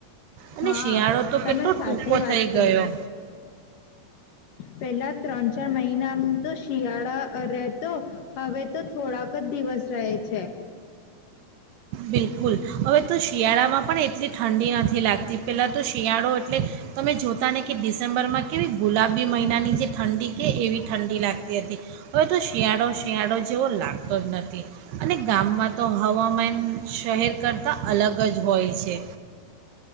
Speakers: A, on the right; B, on the left.
A: અને
B: હા
A: શિયાળો તો
B: તમે
A: કેટલો
B: સાચી
A: ટૂંકો
B: વાત
A: થઈ
B: કહી.
A: ગયો
B: પેલા ત્રણ ચાર મહિનામ તો શિયાળા રહેતો હવે તો થોડાક જ દિવસ શહે છે.
A: બિલકુલ હવે તો શિયાળામાં પણ એ એટલી ઠંડી નથી લાગતી પહેલાં તો શિયાળો એટલે તમે જોતા ને કે ડિસેમ્બરમાં કેવી ગુલાબી મહિનાની જે ઠંડી કે એવી ઠંડી લાગતી હતી હવે તો શિયાળો શિયાળો જેવો લાગતો જ નથી અને ગામમાં તો હવામાન શહેર કરતાં અલગ જ હોય છે.